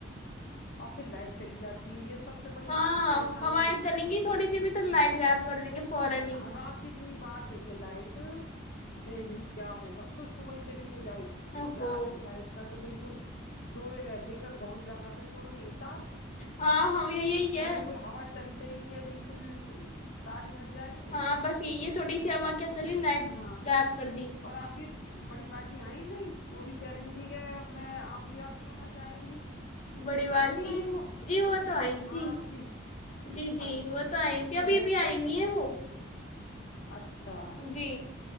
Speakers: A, on the left; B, on the left.
A: اور پھر لائٹ چلی جاتی ہے یہ سب سے بڑی
B: ہاں
A: پریشانی
B: ہوائیں
A: ہے
B: چلیں گی تھوڑی سی بھی تو لائٹ غائب کر دیں گے فورن ہی
A: رات بھی اتنی بار گئی ہے لائٹ ارے بھائی کیا ہوگا پھر صبح ہی چلی گئی لائٹ بھائی
B: او
A: کیا
B: ہو
A: ہے لائٹ کا کیا بالکل جوڑے رہتے ہیں گ ب لاک چوڑ تین تو
B: ہاں ہاں یہ یہی ہے
A: بالکل ہوا چلتے ہی گ بالکل تاری ہٹ جائیں گے
B: ہاں بس یہی ہے تھوڑی سی ہوا کیا چلی لائٹ
A: ہاں
B: غائب کر دی
A: اور آپ کی بڑی بازی آئی نہیں وہ بھی کہہ رہی تھی کہ میں آؤں گی آپ کے یہاں جائیں گی
B: بڑی بات
A: آئی نہیں
B: جی
A: آئی وہ
B: جی وہ تو آئ
A: ہاں
B: تھی
A: آپ کی
B: جی جی
A: اچھا
B: وہ
A: اچھا
B: تو آئی تھی
A: تو
B: ابھی
A: رہ
B: ابھی
A: کے گئی
B: آئی ہوئی ہے وہ
A: اچھا
B: جی